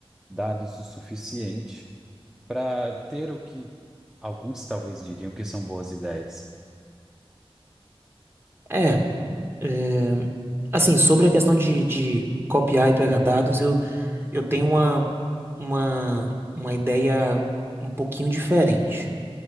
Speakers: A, in the centre; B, on the right.
A: dados o suficiente para ter o que alguns talvez diriam que são boas ideias. <laughs>
B: É. É, assim, sobre a questão de, de copiar e pegar dados, eu, eu tenho uma, uma, uma ideia um pouquinho diferente.